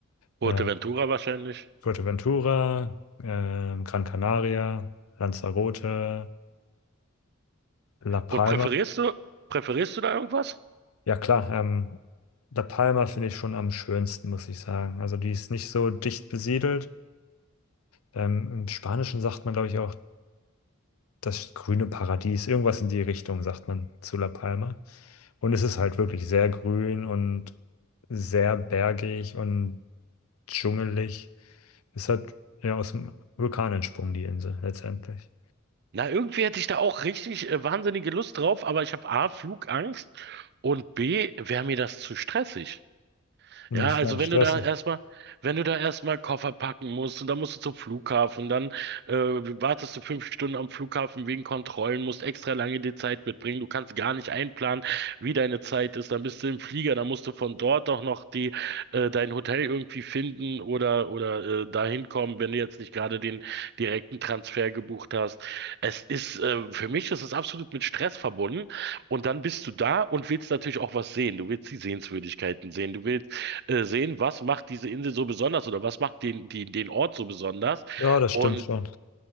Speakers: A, on the right; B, on the left.
A: Fuerteventura
B: Äh,
A: wahrscheinlich.
B: Fuerteventura, ähm, Gran Canaria, Lanzarote, La Palma.
A: Und präferierst du, präferierst du da irgendwas?
B: Ja, klar. Ähm, La Palma finde ich schon am schönsten, muss ich sagen. Also die ist nicht so dicht besiedelt. Ähm, im Spanischen sagt man, glaube ich, auch das grüne Paradies. Irgendwas in die Richtung sagt man zu La Palma. Und es ist halt wirklich sehr grün und sehr bergig und dschungelig. Es hat ja aus dem Vulkan entsprungen, die Insel, letztendlich.
A: Na, irgendwie hätte ich da auch richtig äh, wahnsinnige Lust drauf, aber ich habe A, Flugangst und B, wäre mir das zu stressig.
B: Inwiefern
A: Ja, also
B: stressig.
A: wenn du da erstmal, wenn du da erstmal Koffer packen musst und dann musst du zum Flughafen, dann äh, wartest du fünf Stunden am Flughafen wegen Kontrollen, musst extra lange die Zeit mitbringen, du kannst gar nicht einplanen, wie deine Zeit ist, dann bist du im Flieger, dann musst du von dort auch noch die äh, dein Hotel irgendwie finden oder oder äh, dahin kommen, wenn du jetzt nicht gerade den direkten Transfer gebucht hast. Es ist äh, für mich ist es absolut mit Stress verbunden und dann bist du da und willst natürlich auch was sehen. Du willst die Sehenswürdigkeiten sehen, du willst äh, sehen, was macht diese Insel so besonders oder was macht den, den, den Ort so besonders.
B: Ja, das
A: Und,
B: stimmt schon.